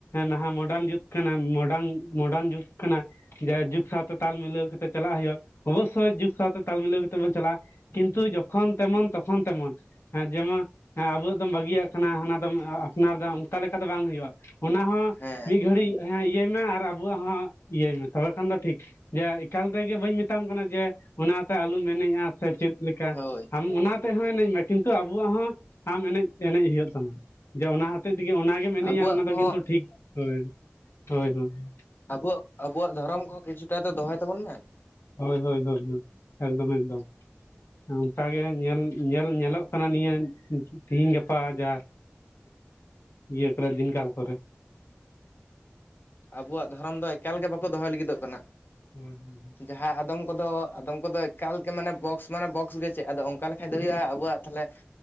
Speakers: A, on the left (about 80°); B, on the left (about 50°).
A: ᱱᱟᱦᱟᱜ ᱢᱚᱰᱟᱨᱱ ᱡᱩᱛ ᱠᱟᱱᱟ ᱢᱚᱰᱟᱨᱱ ᱢᱚᱰᱟᱨᱱ ᱡᱩᱜᱽ ᱠᱟᱱᱟ, ᱡᱟᱭ ᱡᱩᱜᱽ ᱥᱟᱶᱛᱮ ᱛᱟᱞ ᱢᱤᱞᱟᱹᱣ ᱠᱟᱛᱮ ᱪᱟᱞᱟᱜ ᱦᱩᱭᱩᱜ-ᱟ ᱾ ᱚᱵᱚᱥᱥᱳᱭ ᱡᱩᱜᱽ ᱥᱟᱶᱛᱮ ᱛᱟᱞ ᱢᱤᱞᱟᱹᱣ ᱠᱟᱛᱮ ᱵᱚᱱ ᱪᱟᱞᱟᱜ-ᱟ, ᱠᱤᱱᱛᱩ ᱡᱚᱠᱷᱚᱱ ᱛᱮᱢᱚᱱ ᱛᱚ ᱠᱷᱚᱱ ᱛᱮᱢᱚᱱ, ᱦᱮᱸ ᱡᱮᱢᱚ ᱦᱮᱸ ᱟᱵᱚᱣᱟᱜ ᱫᱚᱢ ᱵᱟᱹᱜᱤᱭᱟᱜ ᱠᱟᱱᱟ ᱦᱟᱱᱟ ᱫᱚᱢ ᱟᱯᱱᱟᱨ ᱮᱫᱟ ᱚᱱᱠᱟ ᱞᱮᱠᱟ ᱫᱚ ᱵᱟᱝ ᱦᱩᱭᱩᱜ-ᱟ ᱾ ᱚᱱᱟ ᱦᱚᱸ
B: ᱦᱮᱸ
A: ᱢᱤᱫ ᱜᱷᱟᱹᱲᱤᱡ ᱤᱭᱟᱹᱭ ᱢᱮ ᱟᱨ ᱟᱵᱚᱣᱟᱜ ᱦᱚᱸ ᱤᱭᱟᱹᱭ ᱢᱮ ᱛᱚᱵᱮ ᱠᱷᱟᱱ ᱫᱚ ᱴᱷᱤᱠ ᱾ ᱡᱮ ᱮᱠᱟᱞ ᱛᱮᱜᱮ ᱵᱟᱹᱧ ᱢᱮᱛᱟᱢ ᱠᱟᱱᱟ ᱡᱮ ᱚᱱᱟᱛᱮ ᱟᱞᱚᱢ ᱮᱱᱮᱡ-ᱟ ᱥᱮ ᱪᱮᱫ ᱞᱮᱠ ᱠᱟ,
B: ᱦᱳᱭ
A: ᱟᱢ ᱚᱱᱟ ᱛᱮᱦᱚᱸ ᱮᱱᱮᱡ ᱢᱮ, ᱠᱤᱱᱛᱩ ᱟᱵᱚᱣᱟᱜ ᱦᱚᱸ ᱟᱢ ᱮᱱᱮᱡ ᱮᱱᱮᱡ ᱦᱩᱭᱩᱜ ᱛᱟᱢᱟ ᱡᱮ ᱚᱱᱟ ᱦᱚᱛᱮᱡ ᱛᱮᱜᱮ ᱚᱱᱟᱜᱮᱢ ᱮᱱᱮᱡ-ᱟ,
B: ᱟᱵᱚᱣᱟᱜ
A: ᱚᱱᱟ
B: ᱠᱚᱦᱚᱸ
A: ᱫᱚ ᱠᱤᱱᱛᱩ ᱴᱷᱤᱠ ᱦᱳᱭ ᱾ ᱦᱳᱭ ᱦᱳᱭ ᱾ <inaudible>
B: ᱟᱵᱚᱣᱟᱜ ᱟᱵᱚᱣᱟᱜ ᱫᱷᱚᱨᱚᱢ ᱠᱚᱦᱚᱸ ᱠᱤᱪᱷᱩ ᱴᱟ ᱫᱚᱦᱚᱭ ᱛᱟᱵᱚᱱ ᱢᱮ ᱾
A: ᱦᱳᱭ ᱦᱳᱭ ᱦᱳᱭ ᱦᱳᱭ, ᱮᱠᱫᱚᱢ ᱮᱠᱫᱚᱢ ᱾ <inaudible> ᱚᱱᱠᱟ ᱜᱮ ᱧᱮᱞ ᱧᱮᱞ ᱧᱮᱞᱚᱜ ᱠᱟᱱᱟ ᱱᱤᱭᱟᱹ ᱛᱤᱦᱤᱧ ᱜᱟᱯᱟ ᱡᱟ ᱤᱭᱟᱹ ᱠᱚᱨᱮ ᱫᱤᱱᱠᱟᱞ ᱠᱚᱨᱮ ᱾
B: ᱟᱵᱚᱣᱟᱜ ᱫᱷᱚᱨᱚᱢ ᱫᱚ ᱮᱠᱟᱞ ᱜᱮ ᱵᱟᱠᱚ ᱫᱚᱦᱚᱭ ᱞᱟᱹᱜᱤᱫᱚᱜ ᱠᱟᱱᱟ ᱾
A: ᱦᱳᱭ ᱦᱩᱸ ᱾
B: ᱡᱟᱦᱟᱸ ᱟᱫᱚᱢ ᱠᱚᱫᱚ ᱟᱫᱚᱢ ᱠᱚᱫᱚ ᱮᱠᱟᱞ ᱜᱮ ᱢᱟᱱᱮ ᱵᱚᱠᱥ ᱢᱟᱱᱮ ᱵᱚᱠᱥ ᱜᱮ ᱪᱮᱫ ᱟᱫᱚ ᱚᱱᱠᱟ ᱞᱮᱠᱷᱟᱡ ᱫᱚ ᱦᱩᱭᱩᱜ-ᱟ, ᱟᱵᱚᱣᱟᱜ ᱛᱟᱦᱚᱞᱮ